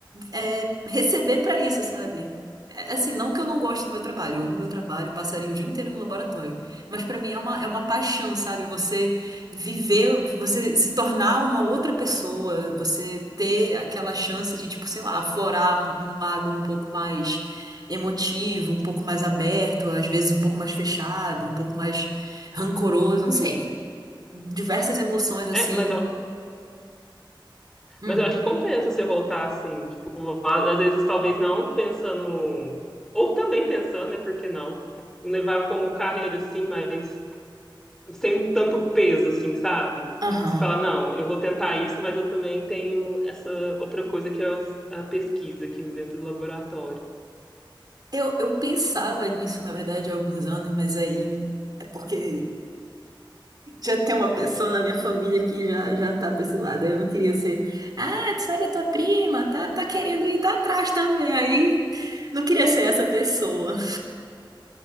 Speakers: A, on the right; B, in the centre.
A: é, receber pra isso, sabe? É, assim, não que eu não goste do meu trabalho, eu amo meu trabalho, passaria o dia inteiro no laboratório, mas pra mim é uma, é uma paixão, sabe? Você viver, você se tornar uma outra pessoa, você ter aquela chance de, tipo, sei lá, aflorar um, um lado um pouco mais emotivo, um pouco mais aberto, às vezes um pouco mais fechado, um pouco mais rancoroso, não sei. Diversas emoções assim.
B: É, mas
A: Hum.
B: Mas eu acho que compensa você voltar assim, tipo, a- às vezes talvez não pensando, ou também pensando, né, por que não, em levar como carreira assim, mas sem tanto peso assim, sabe?
A: Aham.
B: Tipo, você fala, não, eu vou tentar isso, mas eu também tenho essa outra coisa que é os- a pesquisa aqui dentro do laboratório.
A: Eu, eu pensava nisso, na verdade, há alguns anos, mas aí é porque já tem uma pessoa na minha família que já, já tá pra esse lado. Aí eu não queria ser, ah, tu sabe, a tua prima tá, tá querendo ir tá atrás também. Aí não queria ser essa pessoa.